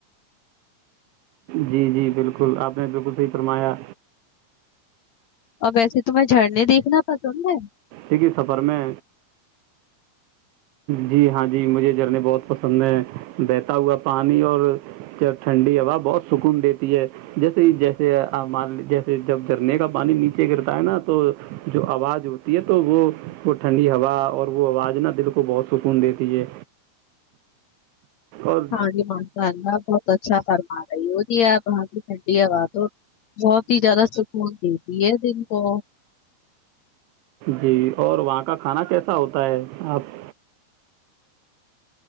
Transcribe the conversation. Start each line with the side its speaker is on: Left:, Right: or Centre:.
Right: جی جی بالکل آپ نے بالکل صحی فرمایا
Left: اور ویسے تمہیں جھرنے دیکھنا پسند ہے
Right: یک ہی سفر میں جی ہاں جی مجھے جھرنے بہت پسند ہیں بہتا ہوا پانی اور ٹھنڈی ہوا بہت سکون دیتی ہے جیسے ہی جیسے جیسے جب جھرنے کا پانی نیچے گرتا ہے نا تو جو آواز ہوتی ہے تو وہ وہ ٹھنڈی ہوا اور وہ آواز نا دک کو بہت سکون دیتی ہے اور
Left: ہاں جی مانء اللہ بہت اچھا فمار سی ہو ت آپ باں کی ٹھنڈی ہووا تو بہت ہی زیادہ سکون ت یہ دن کو
Right: جی اور وہاں کا کھانا کیسا ہوتا ہے آپ